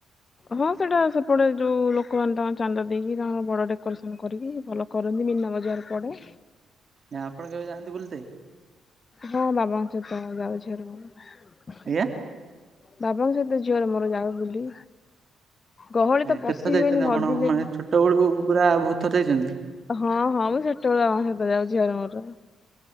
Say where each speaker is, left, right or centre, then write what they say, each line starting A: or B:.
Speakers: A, on the left; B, on the right.
A: ହଁ ସେଟା ସେପଟେ ଯୋଉ ଲୋକମାନେ ତାଙ୍କର ଚାନ୍ଦା ଦେଇକି ତାଙ୍କର ବଡ଼ ଡେକୋରେସନ କରିକି ଭଲ କରନ୍ତି। ମିନା ବଜାର ପଡ଼େ।
B: ନାଇଁ ଆପଣ କେବେ ଯାଆନ୍ତି ବୁଲି
A: ହଁ, ବାବା ଙ୍କ ସହିତ ଯାଉ ଝିଅର ମୋର।
B: ଆଜ୍ଞା।
A: ବାବାଙ୍କ ସହିତ ଝିଅର ମୋର ଯାଉ ବୁଲି। ଗହଳି ତ ପଶି
B: କେତେଥର ଯାଇଛନ୍ତି
A: ହୁଏନି
B: ଆପଣ
A: ହଜିଲେ
B: ମାନେ
A: ବି
B: ଛୋଟ ବେଳୁ ପୁରା ଭୂତ ଦେଖୀଛନ୍ତି।
A: ହଁ ହଁ ମୁଁ ଛୋଟବେଳୁ ଆମେ ସହିତ ଯାଉ ଝିଅ ର ମୋର।